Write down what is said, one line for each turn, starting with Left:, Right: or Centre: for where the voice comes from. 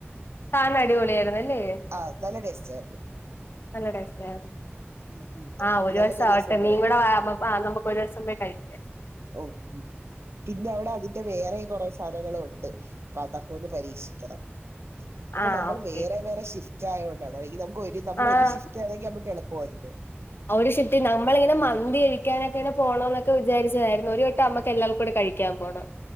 Left: സാനം അടിപൊളിയായിരുന്നല്ലേ?
Right: ആഹ് നല്ല ഡ്രസ്സായിരുന്നു.
Left: നല്ല ടേസ്റ്റായിരുന്നു.
Right: ഉം ഉം
Left: ആഹ ഒരു
Right: നമുക്കൊരു
Left: വയസ്സാവട്ടെ
Right: ദിവസം പോവാം
Left: നീയും കൂടെ വാ. അമ്മക്ക് ആ നമക്ക് ഒരു ദിവസം പോയി കഴിക്ക.
Right: ഓഹ് ഉം പിന്നെ അവടെ അതിന്റെ വേറെയും കൊറേ സാധനങ്ങളുണ്ട് അപ്പൊ അതൊക്കെ ഒന്ന് പരീക്ഷിക്കണം. ഇപ്പൊ
Left: ആഹ്
Right: നമ്മൾ
Left: ഓക്കെ
Right: വേറെ വേറെ ഷിഫ്റ്റായോണ്ടാണ് അല്ലെങ്കിൽ നമുക്ക് ഒരു നമ്മള്
Left: ആഹ്
Right: ഒരു ഷിഫ്റ്റ് ആണെങ്കിൽ നമ്മക്ക് എളു പോരുണ്ട്
Left: ഒരു ഷിഫ്റ്റി നമ്മളിങ്ങനെ മന്തി കഴിക്കാനക്കെങ്ങനെ പോണംന്നൊക്കെ വിചാരിച്ചതായിരുന്നു. ഒരു വട്ടം അമ്മക്കെല്ലാൽക്കൂടി കഴി ക്കാൻ പോണം.